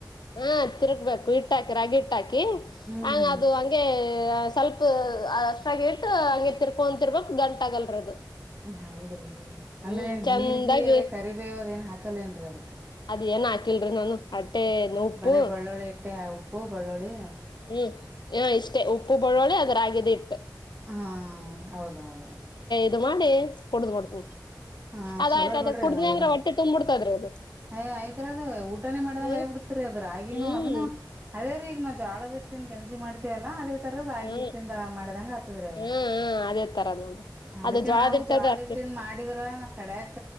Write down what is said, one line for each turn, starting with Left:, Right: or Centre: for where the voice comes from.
Left: ಹಾ ತಿರ್ಗ್ಬೇಕು ಹಿಟ್ಟ ಹಾಕಿ ರಾಗಿ ಹಟ್ಟ ಹಾಕಿ
Right: ಹ್ಮ್ ಹ್ಮ್
Left: ಹಂಗ ಅದು ಹಗೆ ಸ್ವಲ್ಪ ಅಷ್ಟಾಗಿ ಇಟ್ಟು ಹಗೆ ತಿರ್ಕೊಂತರ್ಬಕ್ ಗಂಟ ಆಗಲ್ರ ಅದು
Right: ಹೌದ್ರಿ
Left: ಹ್ಮ್
Right: ಅಂದ್ರೆ
Left: ಚಂದಾಗಿ
Right: ಜೀರ್ಗಿ ಅದೇ ಕರಿಬೇವ ಅದೇನ್ ಹಾಕಲ್ಲೇನ್ರರಿ ಅದಕ್
Left: ಅದ್ ಏನ್ ಹಾಕಿಲ್ರಿ ನಾನು ಅಟ್ಟೆ ಉಪ್ಪು
Right: ಬರೇ ಬಳ್ಳುಳ್ಳಿ ಎಟ್ಟೆ ಉಪ್ಪು ಬಳ್ಳುಳಿ
Left: ಹ್ಮ್ ಹ ಇಷ್ಟೇ ಉಪ್ಪು ಬಳ್ಳೋಳಿ ಅದ್ರಾಗದ ಇಟ್ಟು
Right: ಹಾ ಹೌದೌದೌದು
Left: ಇದು ಮಾಡಿ ಕುಡುದ್ಬಡ್ತ
Right: ಹಾ
Left: ಅದ
Right: ಚಲೋ
Left: ಆಯ್ತ ಅದ
Right: ಬಿಡ್ರಿ
Left: ಕುಡನ
Right: ಅದನು
Left: ಅಂದ್ರೆ ಒಟ್ಟಿ ತುಂಬ್ಬಿಡ್ತದ್ರಿ ಅದು
Right: ಅಯ್ ಆಯ್ತ್ರಿ ಅದ್ ಊಟನೇ ಮಾಡಿದಂಗ
Left: ಹ್ಮ
Right: ಆಯ ಬಿಡ್ತರಿ ಅದ್ ರಾಗಿನನು
Left: ಹ್ಮ್
Right: ಅದನ್ನು ಅದೇ ರೀ ನಾವು ಜಾಳದೊಟ್ಟನ್ ಗಂಜಿ ಮಾಡ್ತೀವಲ್ಲ ಅದೇ ರಾಗಿ
Left: ಹ್ಮ್
Right: ಹಿಟ್ಟಿಂದ ಮಾಡಿದಂಗ ಆತದ್ರೀ ಅದು
Left: ಹ್ಮ ಹ್ಮ್ ಹಾ ಹಾ ಅದೇ ತರ ನೋಡ್ರಿ
Right: ಅದಕ್ಕೆ
Left: ಅದು ಜ್ವಾಳದ್
Right: ನಾವು
Left: ಹಿಟ್ಟದು
Right: ಜೋಳದ
Left: ಅಷ್ಟ
Right: ಹಿಟ್ಟ ನ್ ಮಾಡಿದ್ರ ಕಡ್ಯಾಕ